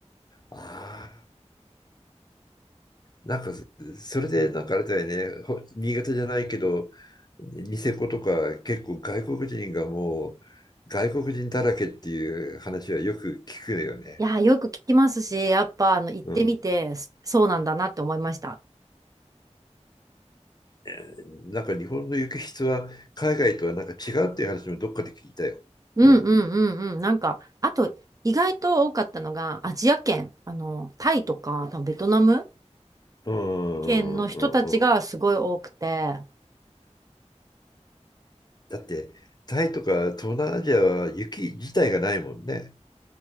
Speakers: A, on the left; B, on the right.
A: あーなんかそ、れでなんかあれだよね、ほ新潟じゃないけど、ニセコとか結構外国人がもう外国人だらけっていう話はよく聞くよね。
B: いや、よく聞きますし、やっぱあの、行ってみて、
A: うん。
B: すそうなんだなって思いました。
A: えーなんか日本の雪質は海外とはなんか違うっていう話もどっかで聞いたよ。
B: うんうんうんうん。
A: うん。
B: なんか、あと、意外と多かったのが、アジア圏、あの、タイとか、多分ベトナム
A: うんうんうんうん。
B: 圏の人たちがすごい多くて、
A: だって、タイとか東南アジアは雪自体がないもんね。